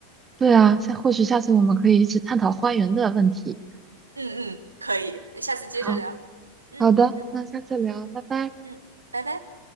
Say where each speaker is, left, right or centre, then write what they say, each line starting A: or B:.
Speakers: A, on the right; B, on the right.
A: 对啊，下或许下次我们可以一起探讨花园的问题，
B: 嗯嗯，可以，那下次接着聊。
A: 好
B: 嗯
A: 好的，那下次聊，拜拜。
B: 嗯，拜拜。